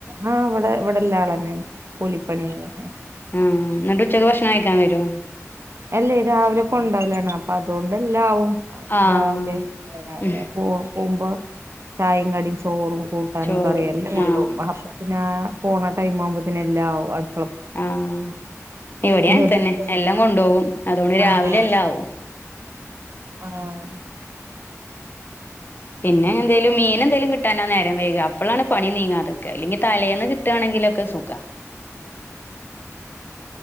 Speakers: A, on the right; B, on the left.
A: ആഹ് ഇവിടെ ഇവിടുള്ള ആൾ തന്നെയാണ് കൂലിപ്പണി തന്നെയാണ്
B: ആഹ് എന്നിട്ട് ഉച്ചക്ക് ഭക്ഷണം കഴിക്കാൻ വരുവോ
A: അല്ലേ രാവിലെ കൊണ്ടേവലാണ് അപ്പൊ അതുകൊണ്ടല്ലാവും
B: ആഹ്
A: രാവിലെ രാവിലെ
B: ഉം
A: പോകുമ്പോ ചായയും കടിയും ചോറും കൂട്ട ട്ടാനും
B: ചോറും
A: കറിയും എല്ലോം കൊണ്ടോവും
B: ആഹ്
A: അപ്പോപ്പിനെ പോണ ടൈം ആവുമ്പോത്തേന് എല്ലാമാവും അടുപ്പ
B: ആഹ് ഇവിടെ
A: ഇന്നൊരു
B: അങ്ങനെ തന്നെ
A: ദിവസം
B: എല്ലാം കൊണ്ടുപോകും അതുകൊണ്ട് രാവിലെ
A: ആഹ്
B: എല്ലാവും
A: ആഹ്
B: പിന്നെ എന്തേലും മീനെന്താലും കിട്ടാനാ നേരം വൈക അപ്പോളാണ് പണി നീങ്ങാതെ നിക്ക ഇല്ലെങ്കി തലേന്ന് ട്ടാ ണെങ്കിലൊക്കെ സുഖ.